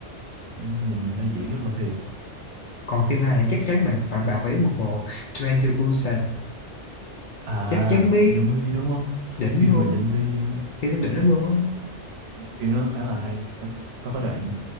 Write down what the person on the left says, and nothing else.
còn phim Hàn thì chắc chắn bạn bạn bạn phải biết một bộ Train to Busan
chắc chắn biết
đỉnh
luôn
phim nó đỉnh lắm luôn á